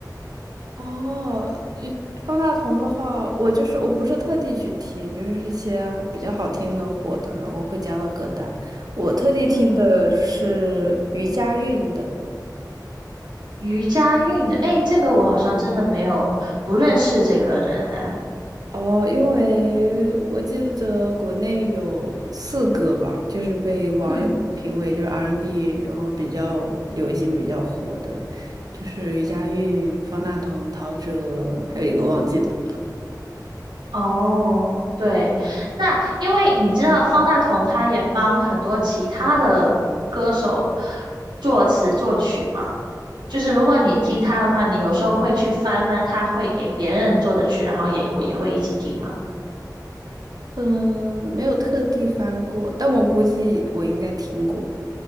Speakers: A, on the right; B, on the right.
A: 哦，一方大同的话，我就是我不是特地去听，就是一些比较好听的火的，然后会加到歌单。我特地听的是余佳运的。
B: 嗯，余佳运的，诶，这个我好像真的没有不认识这个人呢。
A: 哦，因为我记得国内有四个吧，就是被网友评为就是
B: 嗯。
A: R&B，N 然后比较流行、比较火的，就是余佳韵、方大同、陶喆，还有一个忘记了。
B: 哦，对，那因为你知道方大同他也帮很多其他的歌手作词作曲嘛，就是如果你听他的话，
A: 哦
B: 你有时候会去翻翻他会给别人做的曲，然后也会也会一起听嘛。
A: 嗯，没有特地翻过，但我估计我应该听过。